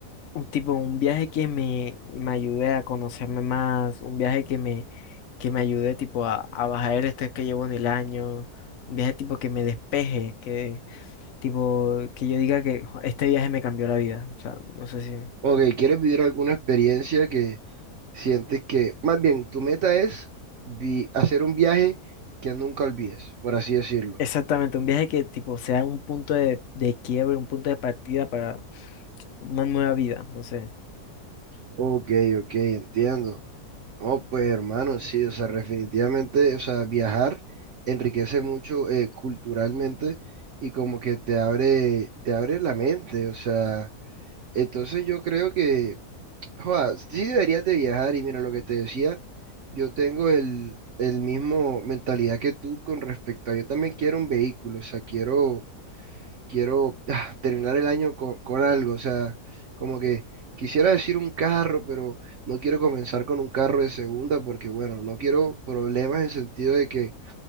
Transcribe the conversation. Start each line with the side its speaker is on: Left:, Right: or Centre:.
Left: Un tipo, un viaje que me, me ayude a conocerme más, un viaje que me, que me ayude tipo a, a bajar el estrés que llevo en el año, un viaje tipo que me despeje, Tipo, que yo diga que "Jo, este viaje me cambió la vida. O sea, no sé si...
Right: Ok, ¿quieres vivir alguna experiencia que sientes que, más bien, tu meta es vi- hacer un viaje que nunca olvides, por así decirlo?
Left: Exactamente, un viaje que tipo sea un punto de, de quiebre, un punto de partida para una nueva vida, no sé.
Right: Ok, ok, entiendo. Oh, pues hermano, sí, o sea, definitivamente, o sea, viajar enriquece mucho eh, culturalmente y como que te abre, te abre la mente, o sea, entonces yo creo que Joda, sí deberías de viajar y mira lo que te decía, yo tengo el, el mismo mentalidad que tú con respecto a, yo también quiero un vehículo, o sea, quiero, quiero ah, terminar el año con, con algo, o sea, como que quisiera decir un carro, pero no quiero comenzar con un carro de segunda porque, bueno, no quiero problemas en sentido de que